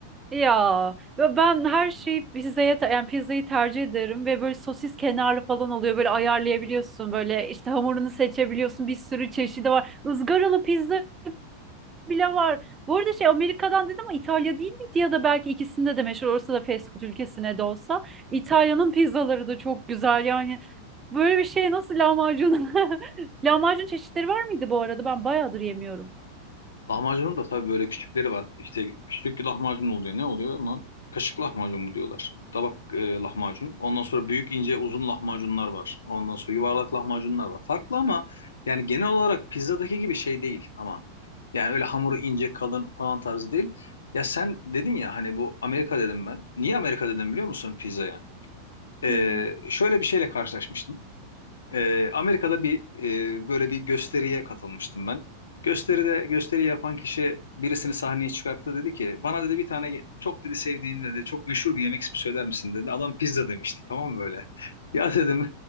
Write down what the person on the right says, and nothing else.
Ya ve ben her şeyi pizzaya ta- yani pizzayı tercih ederim ve böyle sosis kenarlı falan oluyor böyle ayarlayabiliyorsun böyle işte hamurunu seçebiliyorsun bir sürü çeşidi var ızgaralı pizza bile var. Bu arada şey Amerika'dan dedim ama İtalya değil miydi ya da belki ikisinde de meşhur olsa da fast food ülkesine de olsa İtalya'nın pizzaları da çok güzel yani böyle bir şey nasıl lahmacun <laughs> lahmacun çeşitleri var mıydı bu arada ben bayağıdır yemiyorum.
Hı hı.